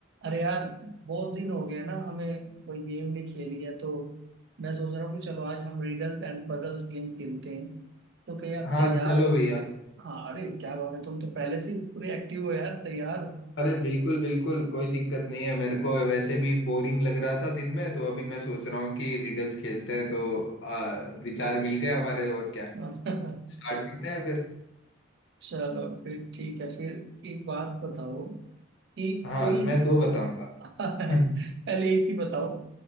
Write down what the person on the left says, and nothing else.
हाँ
चलो भैया
अरे बिल्कुल बिल्कुल कोई दिक्कत नहीं है मेरे को वैसे भी बोरिंग लग रहा था दिन में तो अभी मैं सोच रहा हूँ कि रिडल्स खेलते हैं तो आ, विचार मिल गए हमारे और क्या
स्टार्ट करते हैं फिर
हाँ
मैं दो बताऊंगा
<laughs>